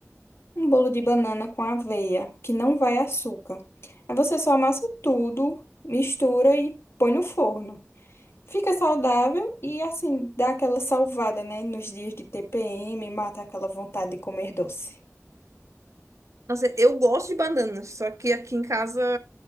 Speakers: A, on the left (about 55°); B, on the right (about 75°).
A: um bolo de banana com aveia, que não vai açúcar. Aí você só amassa tudo, mistura e põe no forno. Fica saudável e assim, dá aquela salvada, né? Nos dias de TPM, mata aquela vontade de comer doce.
B: Nossa, eu gosto de banana, só que aqui em casa